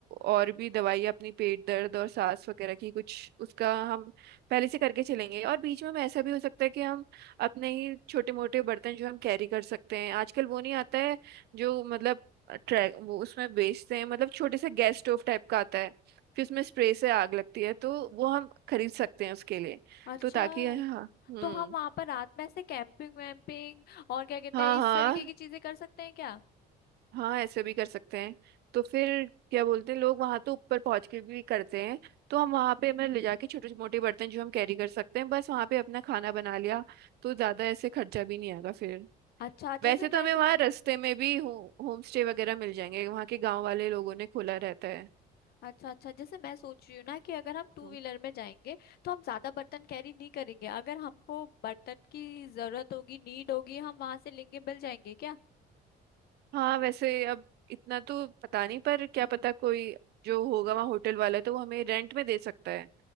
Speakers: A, on the right; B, on the left.
A: और भी दवाई अपनी पेट दर्द और सांस वगैरह की कुछ उसका हम पहले से करके चलेंगे और बीच में में ऐसा भी हो सकता है कि हम अपने ही छोटे मोटे बर्तन जो हम कैरी कर सकते हैं आजकल वो नहीं आता है जो मतलब ट्रैक वो उसमें बेचते हैं मतलब छोटे से गैस स्टोव टाइप का आता है फिर उसमें स्प्रे से आग लगती है तो वो हम खरीद सकते हैं उसके लिए
B: अच्छा
A: तो ताकि हाँ हम्म
B: तो हम वहां पर रात में ऐसे कैंपिंग वैम्पिंग और क्या कहते
A: हाँ
B: हैं इस
A: हाँ
B: तरीके की चीजें कर सकते हैं क्या
A: हाँ ऐसे भी कर सकते हैं तो फिर क्या बोलते हैं लोग वहां तो ऊपर पहुंच के भी करते हैं तो हम वहां पे मतलब ले जाके छोटे मोटे बर्तन जो हम कैरी कर सकते हैं बस वहां पे अपना खाना बना लिया तो ज्यादा ऐसे खर्चा भी नहीं आएगा फिर
B: अच्छा जैसे
A: वैसे तो
B: मैं
A: हमें
B: सो
A: वहाँ रास्ते में भी हो, होम स्टे वगैरह मिल जाएंगे वहाँ के गांव वाले लोगों ने खोला रहता है
B: अच्छा अच्छा जैसे मैं सोच रही हूँ ना कि अगर हम टू
A: हम्म।
B: व्हीलर में जाएंगे तो हम ज्यादा बर्तन कैरी नहीं करेंगे अगर हमको बर्तन की जरूरत होगी नीड होगी हम वहां से लेंगे मिल जाएंगे क्या
A: हाँ वैसे अब इतना तो पता नहीं पर क्या पता कोई जो होगा वहाँ होटल वाला तो वो हमें रेंट में दे सकता है